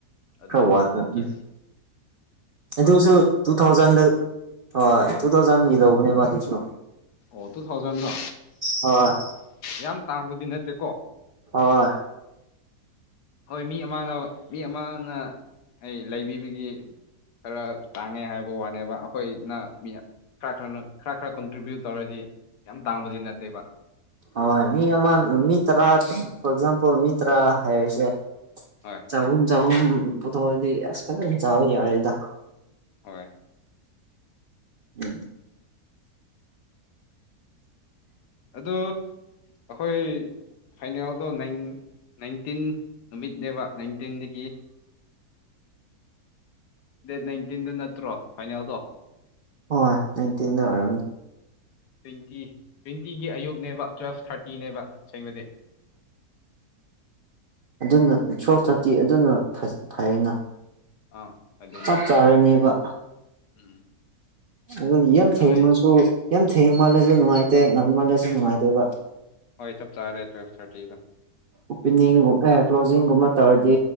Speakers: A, on the left (about 85°); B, on the right (about 65°).
A: ꯑꯗꯨꯗꯟꯅꯦ
B: ꯈꯔ ꯋꯥꯠꯄ
A: ꯀꯤ
B: ꯎꯝ ꯑꯗꯨꯁꯨ ꯇꯨ ꯊꯥꯎꯖꯟꯗ ꯍꯣꯏ ꯇꯨ ꯊꯥꯎꯖꯟꯒꯤ ꯂꯧꯕꯅꯦꯕ ꯑꯗꯨꯁꯨ
A: ꯑꯣ ꯇꯨ ꯊꯥꯎꯖꯟꯗꯣ
B: ꯍꯣꯏ
A: ꯌꯥꯝ ꯇꯥꯡꯕꯗꯤ ꯅꯠꯇꯦꯀꯣ
B: ꯑꯣ
A: ꯍꯣꯏ ꯃꯤ ꯑꯃꯅ ꯃꯤ ꯑꯃꯅ ꯑꯩ ꯂꯩꯕꯤꯕꯒꯤ ꯈꯔ ꯇꯥꯡꯉꯦ ꯍꯥꯏ ꯍꯥꯏꯕ ꯋꯥꯅꯦꯕ ꯑꯩꯈꯣꯏꯅ ꯃꯤ ꯈꯔ ꯈꯔꯅ ꯈꯔ ꯈꯔ ꯀꯟꯇ꯭ꯔꯤꯕ꯭ꯌꯨꯠ ꯇꯧꯔꯗꯤ ꯌꯥꯝ ꯇꯥꯡꯕꯁꯤ ꯅꯠꯇꯦꯕ
B: ꯍꯣꯏ ꯃꯤ ꯑꯃ ꯃꯤ ꯇꯔꯥ ꯐꯣꯔ ꯑꯦꯛꯖꯥꯝꯄꯜ ꯃꯤ ꯇꯔꯥ ꯍꯥꯏꯔꯁꯦ
A: ꯍꯣꯏ
B: ꯆꯍꯨꯝ ꯆꯍꯨꯝ ꯄꯨꯊꯣꯛꯑꯗꯤ ꯑꯁ ꯐ ꯆꯥꯕ ꯌꯥꯦꯗ
A: ꯍ
B: ꯎꯝ
A: ꯑꯗꯨ ꯑꯩꯈꯣꯏ ꯐꯥꯏꯅꯦꯜꯗꯣ ꯅꯥꯏꯟꯇꯤꯟ ꯅꯨꯃꯤꯠꯅꯦꯕ ꯅꯥꯏꯟꯇꯤꯟꯗꯒꯤ ꯗꯦꯠ ꯅꯥꯏꯟꯇꯤꯟꯗꯨ ꯅꯠꯇ꯭ꯔꯣ ꯐꯥꯏꯅꯦꯜꯗꯣ
B: ꯍ ꯅꯥꯏꯟꯇꯤꯟꯗ ꯑꯣꯏꯔꯝꯅꯤ
A: ꯇ꯭ꯋꯦꯟꯇꯤ ꯇ꯭ꯋꯦꯟꯇꯤꯒꯤ ꯑꯌꯨꯛꯅꯦꯕ ꯇꯨꯋꯦꯜꯐ ꯊꯥꯔꯇꯤꯅꯦꯕ ꯁꯦꯡꯕꯗꯤ
B: ꯑꯗꯨꯅ ꯁꯣ ꯊꯥꯔꯇꯤ ꯑꯗꯨꯅ ꯐꯩꯌꯦꯅ
A: ꯑꯥ ꯑꯗꯨꯅꯦ
B: ꯆꯞ ꯆꯥꯔꯅꯦꯕ
A: ꯎꯝ
B: ꯑꯗꯨ ꯌꯥꯝ
A: ꯅꯣꯏ
B: ꯊꯦꯡ ꯃꯜꯁꯨ ꯌꯥꯝ ꯊꯦꯡ ꯃꯥꯜꯂꯁꯨ ꯅꯨꯡꯉꯥꯏꯇꯦ ꯉꯥꯟ ꯃꯥꯜꯂꯁꯨ ꯅꯨꯡꯉꯥꯏꯇꯦꯕ
A: ꯍꯣꯏ ꯆ ꯆꯥꯔꯦ ꯇꯋꯗ
B: ꯑꯣꯄꯦꯅꯤꯡꯒꯨꯝ ꯑꯦ ꯀ꯭ꯂꯣꯖꯤꯡꯒꯨꯝꯕ ꯇꯧꯔꯗꯤ